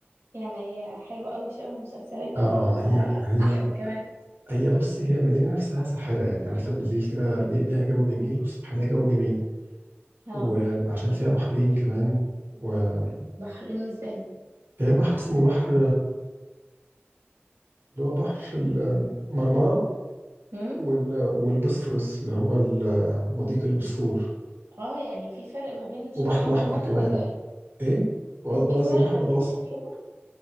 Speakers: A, on the right (about 70°); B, on the right (about 50°).
A: يعني هي حلوة قوي شبه مسلسلات كده
B: اه
A: ولا
B: هي هي
A: احلى كمان
B: هي بص هي المدينه نفسها ساحره يعني عارفه بالليل كده ليه- ليها جو جميل والصبح ليها جو جميل
A: اه
B: وعشان فيها بحرين كمان وهي
A: بحرين ازاي
B: بحر اسمه بحر اللي هو بحر المرمره
A: امم
B: وال... والبسفورس اللي هو ال- مضيق البوسفور
A: اه يعني في فرق ما بين شكلهم
B: وبحر الاحمر
A: يعني
B: كمان
A: ولا ايه
B: ايه وق-
A: في
B: وقصدي
A: فرق
B: بحر
A: ما بين
B: متوسط
A: شكلهم